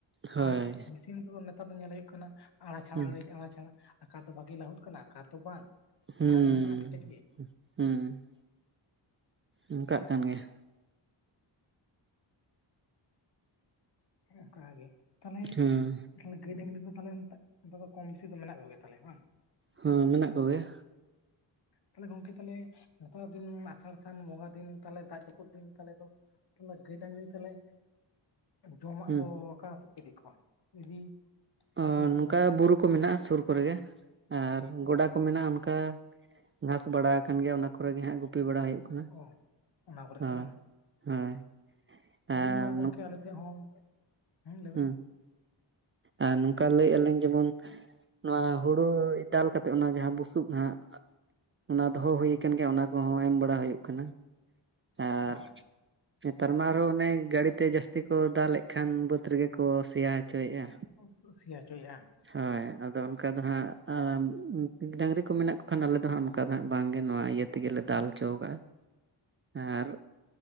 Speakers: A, on the right; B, on the left.
A: ᱦᱳᱭ
B: ᱟᱨ ᱢᱤ ᱥᱤᱱ ᱛᱮᱫᱚ ᱱᱮᱛᱟᱨ ᱫᱚ ᱧᱮᱞ ᱦᱩᱭᱩᱜ ᱠᱟᱱᱟ ᱟᱲᱟ ᱪᱷᱟᱲᱟ
A: ᱦᱩᱸ
B: ᱟᱹᱲᱮ ᱟᱲᱟ ᱪᱷᱟᱲᱟ ᱟᱠᱟ ᱨᱮᱫᱚ ᱵᱷᱟᱜᱮ ᱞᱟᱹᱦᱩᱫ ᱠᱟᱱᱟ ᱟᱠᱟ ᱨᱮᱫᱚ ᱵᱟᱝ,
A: ᱦᱩᱸ
B: ᱚᱱᱠᱟ ᱜᱮ ᱢᱮᱱᱟᱜᱼᱟ ᱠᱮᱴᱮᱡ ᱜᱮ᱾
A: ᱦᱩᱸ᱾ ᱚᱱᱠᱟᱜ ᱠᱟᱱ ᱜᱮᱭᱟ᱾
B: ᱚᱱᱠᱟ ᱜᱮ ᱛᱟᱞᱦᱮ
A: ᱦᱮᱸ
B: ᱛᱟᱞᱦᱮ ᱜᱟᱹᱭ ᱰᱟᱝᱨᱤ ᱠᱚ ᱛᱟᱞᱦᱮ ᱛᱟ ᱱᱮᱛᱟᱨ ᱫᱚ ᱠᱚᱢ ᱵᱤᱥᱤ ᱫᱚ ᱢᱮᱱᱟᱜ ᱠᱚᱜᱮᱭᱟ ᱛᱟᱞᱦᱮ, ᱵᱟᱝ?
A: ᱦᱚᱸ ᱢᱮᱱᱟᱜ ᱠᱚᱜᱮᱭᱟ᱾
B: ᱛᱟᱞᱦᱮ ᱜᱚᱝᱠᱮ ᱛᱟᱞᱦᱮ ᱱᱮᱛᱟᱨ ᱫᱤᱱ ᱟᱥᱟᱲ ᱥᱟᱱ ᱵᱚᱸᱜᱟ ᱫᱤᱱ ᱛᱟᱞᱦᱮ ᱫᱟᱜ ᱡᱟᱹᱯᱩᱫ ᱫᱤᱱ ᱛᱟᱞᱦᱮ ᱫᱚ ᱛᱟᱞᱦᱮ ᱜᱟᱹᱭ ᱰᱟᱝᱨᱤ ᱛᱟᱞᱦᱮ ᱡᱚᱢᱟᱜ
A: ᱦᱮᱸ
B: ᱫᱚ ᱚᱠᱟ ᱥᱮᱫ ᱠᱚ ᱤᱫᱤ ᱠᱚᱣᱟ? ᱤᱫᱤ
A: ᱚ
B: ᱟᱹᱛᱤᱧ ᱠᱚ
A: ᱱᱚᱝᱠᱟ ᱵᱩᱨᱩ ᱠᱚ ᱢᱮᱱᱟᱜᱼᱟ ᱥᱩᱨ ᱠᱚᱨᱮᱜᱮ ᱟᱨ ᱜᱚᱰᱟ
B: ᱚ
A: ᱠᱚ ᱢᱮᱱᱟᱜᱼᱟ ᱚᱱᱠᱟ ᱜᱷᱟᱥ ᱵᱟᱲᱟ ᱟᱠᱟᱱ ᱜᱮᱭᱟ ᱚᱱᱟ ᱠᱚᱨᱮ ᱜᱮ ᱦᱟᱸᱜ ᱜᱩᱯᱤ ᱵᱟᱲᱟ ᱦᱩᱭᱩᱜ ᱠᱟᱱᱟ,
B: ᱚ ᱚᱱᱟ ᱠᱚᱨᱮ
A: ᱦᱳᱭ᱾
B: ᱜᱮ ᱵᱟᱝ
A: ᱦᱳᱭ᱾ ᱟᱨ
B: ᱱᱚᱛᱮ ᱫᱚ ᱢᱟ ᱜᱚᱝᱠᱮ ᱟᱞᱮ ᱥᱮᱫ ᱦᱚᱸ ᱦᱮᱸ ᱞᱟᱹᱭᱵᱮᱱ
A: ᱦᱩᱸ, ᱟᱨ ᱱᱚᱝᱠᱟ ᱞᱟᱹᱭᱮᱜᱼᱟ ᱞᱤᱧ ᱡᱮᱢᱚᱱ ᱱᱚᱣᱟ ᱦᱩᱲᱩ ᱫᱟᱞ ᱠᱟᱛᱮᱫ ᱚᱱᱟ ᱡᱟᱦᱟᱸ ᱵᱩᱥᱩᱵ ᱦᱟᱸᱜ ᱚᱱᱟ ᱫᱚᱦᱚ
B: ᱦᱮᱸ ᱦᱮᱸ
A: ᱦᱩᱭ ᱟᱠᱟᱱ ᱜᱮᱭᱟ ᱚᱱᱟ ᱠᱚᱦᱚᱸ ᱮᱢ ᱵᱟᱲᱟ ᱦᱩᱭᱩᱜ ᱠᱟᱱᱟ᱾ ᱟᱨ
B: ᱚ᱾
A: ᱱᱮᱛᱟᱨ ᱢᱟ ᱟᱨᱦᱚᱸ ᱚᱱᱮ ᱜᱟᱹᱲᱤ ᱛᱮ ᱡᱟᱹᱥᱛᱤ ᱠᱚ ᱫᱟᱞ ᱮᱫ ᱠᱷᱟᱱ ᱵᱟᱹᱫᱽ ᱨᱮᱜᱮ ᱠᱚ ᱥᱮᱭᱟ ᱦᱚᱪᱚᱭᱮᱫᱼᱟ
B: <unintelligible> ᱥᱤᱭᱟ ᱦᱚᱪᱚᱭᱮᱜᱼᱟ᱾
A: ᱦᱳᱭ ᱟᱫᱚ ᱚᱱᱠᱟ ᱫᱚ ᱦᱟᱸᱜ ᱰᱟᱹᱝᱨᱤ ᱠᱚ ᱢᱮᱱᱟᱜ ᱠᱚ ᱠᱷᱟᱱ ᱟᱞᱮ ᱫᱚ ᱦᱟᱸᱜ ᱚᱱᱠᱟ ᱫᱚ ᱦᱟᱸᱜ ᱵᱟᱝ ᱜᱮ ᱱᱚᱣᱟ ᱤᱭᱟᱹ ᱛᱮᱜᱮᱞᱮ ᱫᱟᱞ ᱦᱚᱪᱚ ᱠᱟᱜᱼᱟ ᱟᱨ